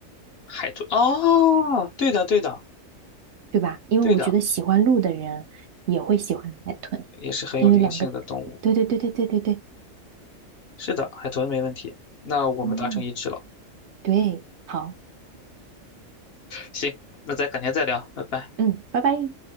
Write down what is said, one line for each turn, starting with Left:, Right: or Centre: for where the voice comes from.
Left: 海豚，哦，对的，对的，
Right: 对吧？因为我觉得喜欢鹿的人也会喜欢海豚，
Left: 对的，也是很有灵性的动物。
Right: 因为两个，对对对对对对对，
Left: 是的，海豚没问题。那我们达成一致了。
Right: 嗯，对，好，
Left: 行，那咱改天再聊，拜拜。
Right: 嗯，拜拜。